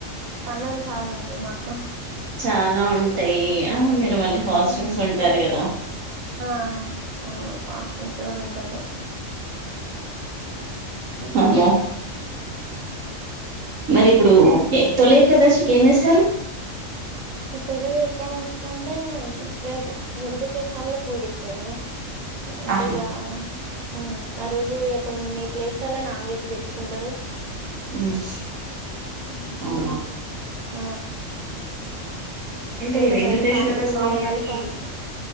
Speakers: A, on the right; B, on the right.
A: పడుగలు చాలా ఉంటయి మాకు
B: చాలా ఉంటయీ, ఆ మీరు మళ్ళీ ఫాస్టింగ్స్
A: ఉమ్
B: ఉంటరు గదా
A: ఆ అవును ఫాస్టింగ్స్ గూడ ఉంటరు ఉహు
B: అమ్మో మరి
A: ఉమ్.
B: ఇప్పుడు ఏ తొలేకాదశికి ఏం జేస్తరు
A: తొలి ఏకాదశి అంటే వెంకటె వెంకటేశ్వర స్వామిని పూజిస్తరు. అంటే
B: ఆహా
A: ఇగా ఉమ్ ఆ రోజు కొన్ని ప్లేస్లల్ల నాన్ వెజ్ దెచ్చుకుంటరు
B: ఉమ్
A: ఉహు
B: అవునా
A: ఆ
B: అంటే
A: కొంతమంది
B: వెంకటేశ్వర
A: ఫాస్టింగ్
B: స్వామికి
A: ఉండే వాళ్ళు ఫాస్టింగ్